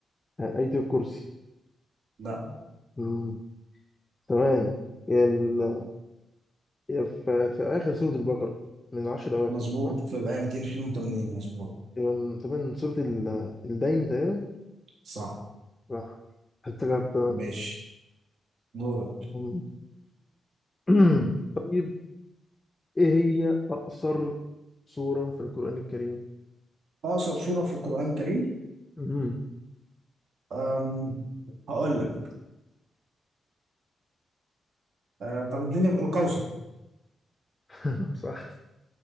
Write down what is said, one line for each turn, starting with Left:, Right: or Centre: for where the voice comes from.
Left: آية الكرسي
Right: لا
Left: مم، ثواني ال... في... في آخر سورة البقرة من العشر أواخر
Right: مظبوط في الآية 282 مظبوط
Left: تقريبا تقريباً سورة ال- الدين تقريبا
Right: صح
Left: صح افتكرت
Right: ماشي دورك
Left: أم. <clears throat> طيب ايه هي اقصر سورة في القرآن الكريم
Right: أقصر سورة في القرآن الكريم
Left: مم.
Right: أم... هقول لك أه طب اديني الكوثر
Left: <laughs> صح